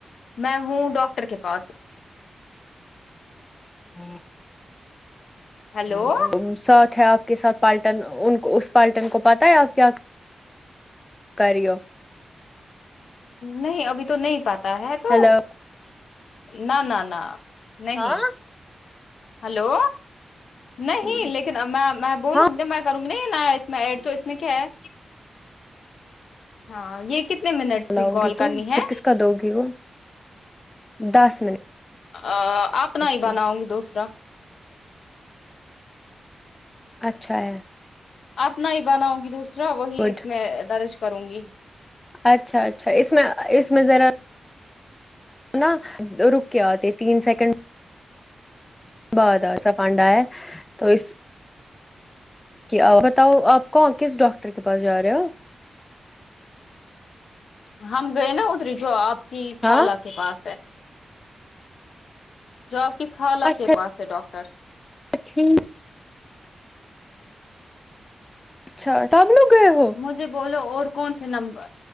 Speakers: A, on the left (about 70°); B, on the left (about 15°).
A: میں ہوں ڈاکٹر کے پاس
B: ہوں
A: ہیلو
B: ہوں لیکن ساتھ ہے آپ کے ساتھ پالٹن ان کو اس پالٹن کو پتا ہے آپ کیا کر رہی ہو
A: نہیں ابھی تو نہیں پتہ ہے تو
B: ہیلو
A: نہ نہ نہ نہیں
B: ہاں
A: ہلو نہیں
B: ٹھیک.
A: لیکن اب میں میں بولوں
B: ہاں
A: گی میں کروں گی نیا اس میں ایڈ تو اس میں کیا ہے ہاں یہ کتنے منٹ سے
B: لاؤ
A: کال
B: گی تم
A: کرنی ہے
B: <unintelligible> دس منٹ
A: ا ا اب نہی
B: کی
A: بناؤ گی دوسرا
B: اچھا ہے
A: اپنا ہی بناؤں گی دوسرا وہی
B: گڈ
A: اس میں درج کروں گی
B: اچھا اچھا اس میں اس میں ذرا نہ رکے اتی تین سیکنڈ بڑا سا پانڈا ہے تو اس کیا بتاؤ آپ کوں کس ڈاکٹر کے پاس جا رہے اپ
A: ہم گئے نا ادری جو آپ کی
B: ہاں
A: خالہ کے پاس ہے جو آپ کی خالہ
B: اچھا
A: کے پاس ہے ڈاکٹر
B: <unintelligible> اچھا تب لوگ گئے ہو
A: مجھے بولو اور کون سے نمبر